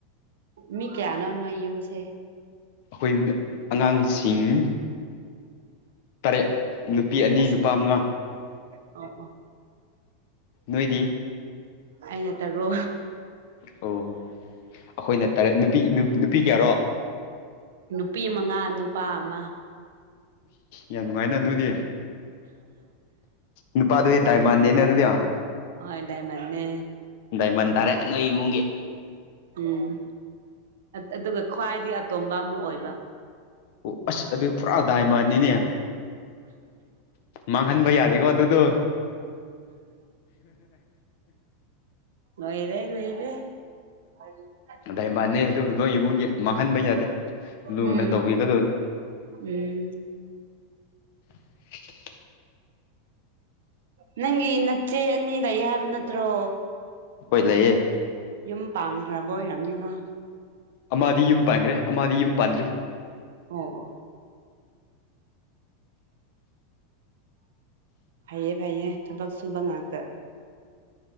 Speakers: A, on the right (about 90°); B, on the left (about 55°).
A: ꯃꯤ ꯀꯌꯥ ꯅꯣꯅꯣ ꯑ ꯌꯨꯝꯁꯦ
B: ꯑꯩꯈꯣꯏ ꯑꯉꯥꯡꯁꯤꯡ ꯇꯔꯦꯠ ꯅꯨꯄꯤ ꯑꯅꯤ
A: ꯑꯁ
B: ꯅꯨꯄꯥ ꯃꯉꯥ
A: ꯑꯣ ꯑꯣ
B: ꯅꯣꯏꯗꯤ
A: ꯑꯩꯅ ꯇꯔꯣ
B: ꯑꯣ ꯑꯩꯈꯣꯏꯅ ꯇꯔꯦꯠ ꯅꯨꯄꯤ ꯅꯨꯄꯤ ꯀꯌꯥꯔꯣ
A: ꯅꯨꯄꯤ ꯃꯉꯥ ꯅꯨꯄꯥ ꯑꯃ
B: ꯌꯥꯝ ꯅꯨꯡꯉꯥꯏꯅ ꯅꯣꯏꯗꯤ ꯅꯨꯄꯥꯗꯨ ꯗꯥꯏꯃꯥꯟꯗꯦꯅꯦ ꯑꯗꯨꯗꯤ
A: ꯑꯗꯥꯥꯏꯃꯟꯅꯦ
B: ꯩꯃ ꯇꯔꯦ ꯅꯣꯏꯃꯨꯡꯒꯤꯦ
A: ꯎꯝ ꯑꯗꯨꯒ ꯈ꯭ꯋꯥꯏꯗꯒꯤ ꯑꯇꯣꯝꯕ ꯑꯃ ꯑꯣꯏꯕ
B: ꯑꯣ ꯑꯁ ꯑꯗꯨ ꯄꯨꯔꯥ ꯗꯥꯏꯃꯟꯅꯤꯅꯦ ꯃꯥꯡꯍꯟꯕ ꯌꯥꯅꯤꯀꯣ ꯑꯗꯨꯗꯣ
A: ꯗꯥꯏꯨ ꯑꯅꯦ
B: ꯑꯗꯥꯏꯕꯥꯅꯦ ꯑꯗꯨ ꯅꯣꯏ ꯏꯃꯨꯡꯒꯤ ꯃꯥꯡꯍꯟꯕ ꯌꯥꯗꯦ ꯂꯨꯅ
A: ꯎꯝ
B: ꯇꯧꯕꯤꯒꯗꯧꯅꯤ
A: ꯎꯝ
B: <unintelligible>
A: ꯅꯪꯒꯤ ꯅꯆꯦ ꯑꯅꯤ ꯂꯩꯑ ꯍꯥꯏꯕ ꯅꯠꯇ꯭ꯔꯣ
B: ꯍꯣꯏ ꯂꯩꯌꯦꯦ
A: ꯌꯨꯝ ꯄꯥꯡꯊꯕ ꯑꯣꯏꯔꯝꯅꯤꯀꯣ
B: ꯑꯃꯗꯤꯗꯤ ꯌꯨꯝ ꯄꯥꯟꯈ꯭ꯔꯦ ꯑꯃꯗꯤ ꯌꯨꯝ ꯄꯥꯟꯗ꯭ꯔꯤ
A: ꯑꯣ ꯑꯣ ꯐꯩꯌꯦ ꯐꯩꯌꯦ ꯊꯕꯛ ꯁꯨꯕ ꯉꯥꯛꯇ